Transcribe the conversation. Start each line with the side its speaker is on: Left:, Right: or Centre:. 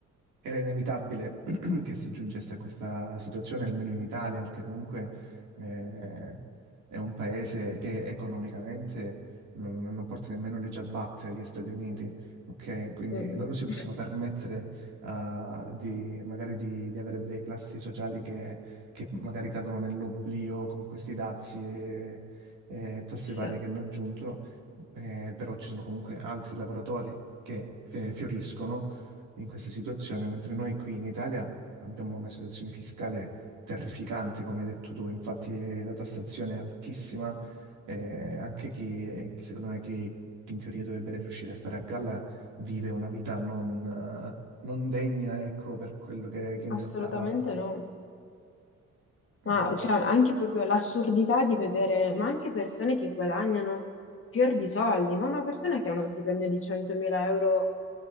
Right: era inevitabile <clears throat> che si giungesse a questa situazione, almeno in Italia, perché comunque eh, è un paese che economicamente non, non porta nemmeno le ciabatte agli Stati Uniti. Ok, quindi
Left: Mm,
Right: loro si possono
Left: mm. <laughs>
Right: permettere eh, di, magari di, di avere delle classi sociali che, che magari cadono nell'oblio con questi dazi e, e tasse
Left: sì.
Right: varie che hanno aggiunto, eh, però ci sono comunque altri lavoratori che eh, fioriscono in questa situazione, mentre noi qui in Italia abbiamo una situazione fiscale terrificante, come hai detto tu, infatti la tassazione è altissima, eh, anche chi, chi secondo me chi chi in teoria dovrebbe riuscire a stare a galla vive una vita non, eh, non degna, ecco, per quello che, che in realtà
Left: Assolutamente
Right: fa.
Left: no. Ma
Right: Mm,
Left: cioè, anche proprio l'assurdità di vedere, ma anche persone che guadagnano fior di soldi, ma una persona che ha uno stipendio di 100.000 euro,